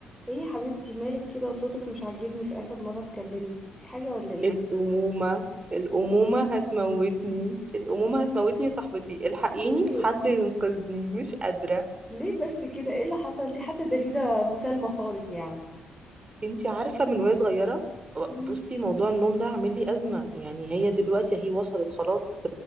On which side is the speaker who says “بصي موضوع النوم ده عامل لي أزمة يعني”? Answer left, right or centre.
Right